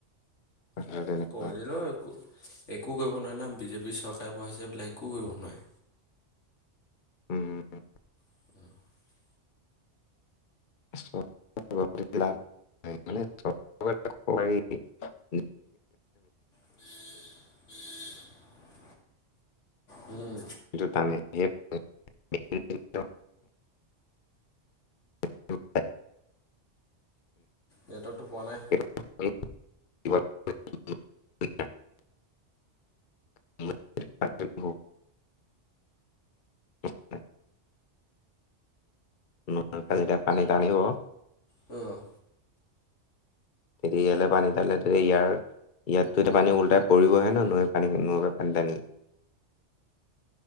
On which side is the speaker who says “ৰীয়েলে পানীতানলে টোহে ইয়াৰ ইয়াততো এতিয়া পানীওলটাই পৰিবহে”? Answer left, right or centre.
Left